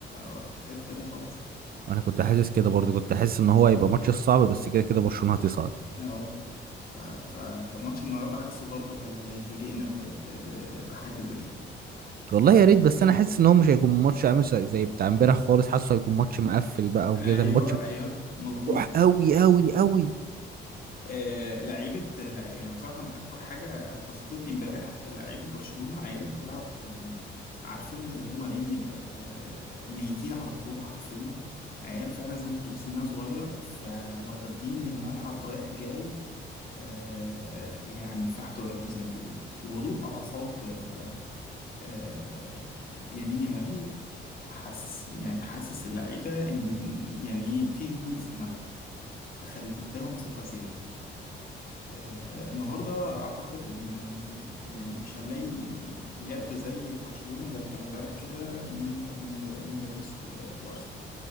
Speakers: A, on the left (about 45°); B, on the right (about 50°).
A: راحت في حته تانية خالص
B: انا كنت حاسس كده برضو كنت حاسس ان هو هيبقى ماتش صعب بس كده كده برشلونة هتصعد
A: اه ف- ف- فماتش النهارده حاسه برضه هي هيفاجئنا ب- ب- ب- بحاجه زي كده
B: والله يا ريت بس انا حاسس ان هو مش هيكون ماتش عامل زي زي بتاع امبارح خالص حاسه هيكون ماتش مقفل بقى
A: ايوه
B: وكده ماتش
A: ايوه مظبوط
B: مفتوح قوي قوي قوي
A: آه، لعيبة لع- يعني بصراحة أكتر حاجة بسطتني امبارح لعيبة برشلونة عيال بتلعب يعني عارف أنت اللي هما إيه آه، ميتين على الكورة حرفيا عيال فعلا زي ما أنت بتقول سنها صغير فواخدين الملعب رايح جاي آه، يعني فحت وراتم زي ما بيقولوا وهدوء أعصاب آه، آه، يمين يمال حاسس يعني حاسس اللعيبة إن يعني إيه في هدوء في الملعب فخل اداهم ثقة زيادة آه، النهارده اعتقد ان إن يعني مش هنلاقي لعب زي برشلونة زي بتاع امبارح كده من ب- من ب- من باريس و- وارسنال